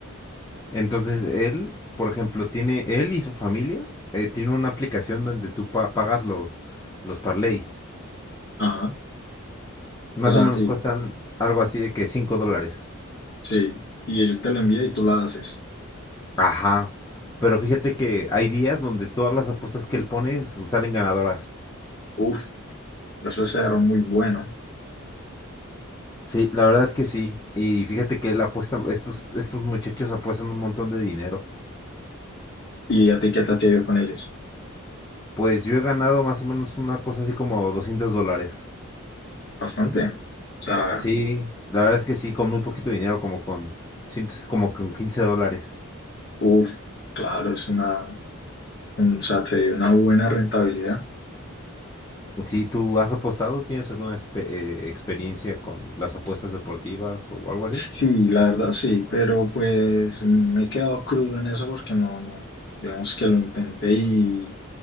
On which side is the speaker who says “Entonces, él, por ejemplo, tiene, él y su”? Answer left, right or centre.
Left